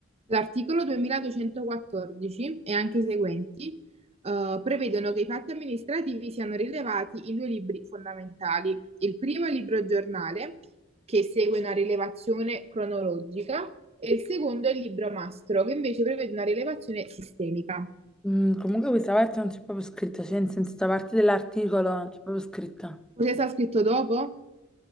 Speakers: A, on the right; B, in the centre.
A: L'articolo 2214 e anche i seguenti eh, prevedono che i fatti amministrativi siano rilevati in due libri fondamentali. Il primo è il libro giornale, che segue una rilevazione cronologica, e il secondo è il libro mastro, che invece prevede una rilevazione sistemica.
B: Mm, comunque questa parte non c'è proprio scritto, cioè in senso, questa parte dell'articolo non c'è proprio scritto.
A: Cosa sta scritto dopo?